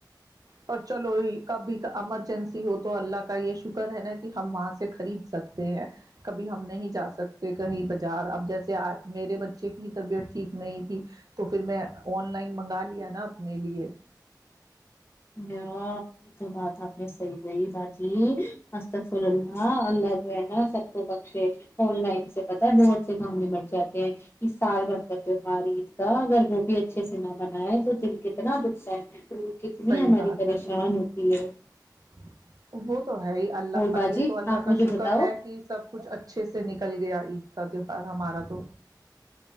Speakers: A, on the right (about 55°); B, on the left (about 30°).
A: پر چلو کبھی ایمرجنسی ہو تو اللہ کا یہ شکر ہے نا کہ ہم وہاں سے خرید سکتے ہیں کبھی ہم نہیں جا سکتے کہیں بازار اب جیسے میرے بچے کی طبیعت ٹھیک نہیں تھی تو پھر میں آن لائن منگا لیا نا اپنے لیے
B: یہ تو بات آپ نے صحی رہی تھاجی ہک اللہ اللہ جو ہے ناب ا پے ان لائن پتا بہت سے گھانگنےے مر جاتے ہیں اس سال بھر کا تہوار عید کا اگر وہ بھی اچھے سے نہ بنائے تو دل کتنا دکھ ہے کتنی
A: صحیح
B: ہماری
A: بات
B: پریشان
A: ہے تمہاری
B: ہوتی ہے
A: وہ تو ہے ہی اللہ
B: اور
A: پر
B: باجی
A: یہ تو اللہ
B: آپ
A: کا
B: مجھے
A: شکر
B: بتاؤ
A: ہے کہ سب کچھ اچھے سے نکل کل گیا عید کا تہوار ہمارا تو